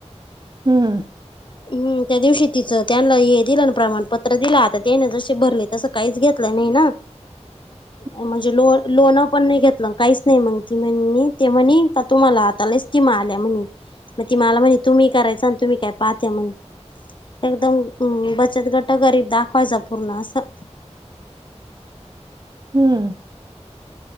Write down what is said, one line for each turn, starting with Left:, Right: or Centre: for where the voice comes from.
Right: हम्म.
Left: हम् त्या दिवशी तिचं त्यांना हे दिलं ना प्रमाणपत्र दिलं आता त्याने जसे भरले तसं काहीच घेतलंय नाही ना.
Right: <unintelligible>
Left: म्हणजे लो लोणं पण नाही घेतलं. काहीच नाही मग ती म्ह ते म्हणे का तुम्हाला आतालाच किमा आल्या म्हणे. मग ती मला म्हणे तुम्ही करायचं आणि तुम्ही काय पाहत्या म्हणे एकदम बचत गट गरीब दाखवायचा पूर्ण असं
Right: हम्म